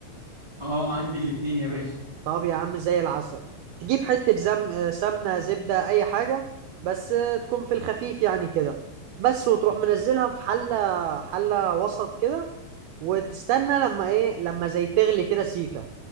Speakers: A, in the centre; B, on the right.
A: اه عندي الاتنين يا باشا
B: طب يا عم زي العسل تجيب حتة زم... آه، سمنة زبدة أي حاجة بس آه، تكون في الخفيف يعني كده بس وتروح منزلها في حلة حلة وسط كده وتستنى لما إيه لما زي تغلي كده سيكة